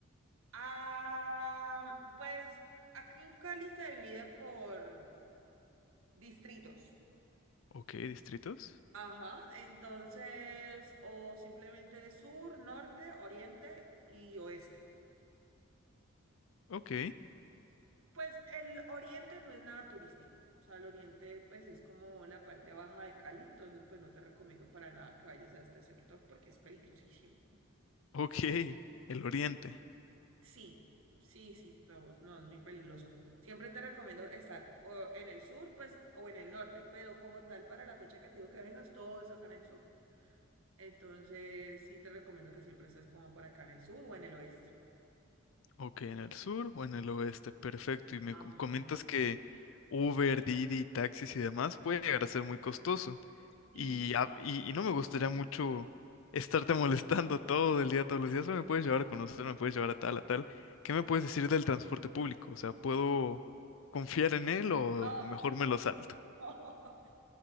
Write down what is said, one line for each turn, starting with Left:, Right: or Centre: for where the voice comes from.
Right: Ah, pues aquí en Cali se divide por distritos.
Left: Ok, distritos.
Right: Ajá, entonces, o simplemente sur, norte, oriente y oeste.
Left: Ok,
Right: Pues el oriente no es nada turístico, o sea, el oriente pues es como la parte baja de Cali, entonces pues no te recomiendo para nada que vayas a este sector porque es peligrosísimo.
Left: ok, el oriente.
Right: Sí, sí, sí, todos, no, es muy peligroso. Siempre te recomiendo estar o en el sur, pues, o en el norte, pero como tal, para la fecha que te digo que vengas, todo es acá en el sur. Entonces, sí te recomiendo que siempre estés como por acá en el sur o en el oeste.
Left: Ok, en el sur o en el oeste, perfecto. Y me
Right: Ajá.
Left: com- comentas que Uber, Didi, taxis y demás puede llegar a ser muy costoso.
Right: Sí.
Left: Y, a- y, y no me gustaría mucho estarte <laughs> molestando todo el día, todos los días. "Oye, Me puedes llevar a conocer, me puedes llevar a tal, a tal. ¿Qué me puedes decir del transporte público? O sea, ¿puedo confiar en él o
Right: No,
Left: mejor me lo salto?
Right: no. <laughs>